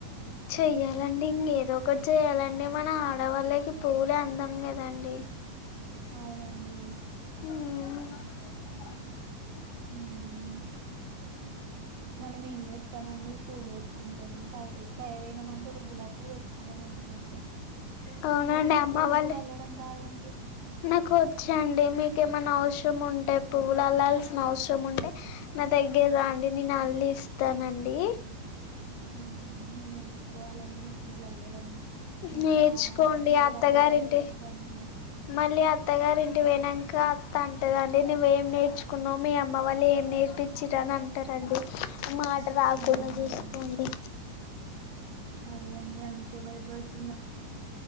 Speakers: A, on the left (about 90°); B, on the right (about 80°).
A: చెయ్యాలండి ఇంగా ఏదో ఒకటి చేయాలండి మన ఆడవాళ్ళకి పులె అందం కదా అండి
B: అవునండి
A: మ్
B: మ్ యా మనం ఏం చేస్తామండి పూలు పెట్టుకుంటాం తయారై తయారైనా మంటే ఒక గులాబి పూవు పెట్టుకుంటామ్ అండి అన్ని గంతే
A: అవునండి
B: నాకైతే
A: అమ్మ
B: పూలు
A: వాళ్ళు
B: కూడా అల్లడం రాదండి
A: నాకు వచ్చండి మీకేమన్నా హౌసు టైం ఉంటే పువ్వులు అల్లాల్సిన అవసరం ఉంటే నా దగ్గరకు రండి నేను అళ్ళీస్తానండి
B: మ్ నేను నేర్చుకోవాలండి పూలు అల్లడం ఇంకా
A: నేర్చుకోండి
B: చీరలు
A: అత్తగారింటి
B: కట్టడం నేర్చుకోవాలండి
A: మళ్ళీ అత్ అత్తగారి ఇంటికి పోయినంక అత్త అంటదండి నువ్వేం నేర్చుకున్నావు మీ అమ్మ వాళ్ళు ఏం నేర్పించిర్రు అంటారండి మాట రాకుండా
B: అవునండి
A: చూసుకోండి
B: అదే అండి అందుకే భయపడుతున్నా